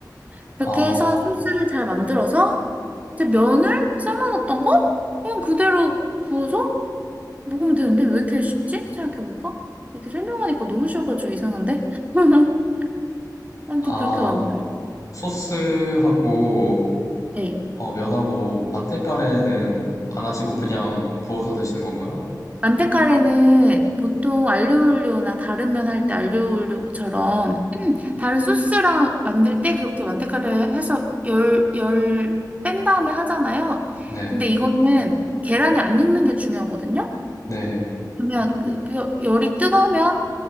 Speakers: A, on the right (about 20°); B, on the left (about 50°).
A: 그렇게
B: 아,
A: 해서 소스를 잘 만들어서 이제 면을 삶아놨던 거? 그냥 그대로 부어서 먹으면 되는데 왜 이렇게 쉽지? 생각해볼까? 이렇게 설명하니까 너무 쉬워가지고 이상한데? <laughs> 아무튼
B: 아,
A: 그렇게 만들어요.
B: 소스하고,
A: 네.
B: 어, 면하고, 만테카레는 안 하시고 그냥 부어서 드시는 건가요?
A: 만테카레는 보통 알리오올리오나 다른 면 할 때 알리오올리오처럼 다른 소스랑 만들 때 그렇게 만테카레 해서 열, 열 뺀 다음에 하잖아요.
B: 네,
A: 근데 이거는 계란이 안 익는 게 중요하거든요.
B: 네,
A: 그러면 그 벼- 열이 뜨거우면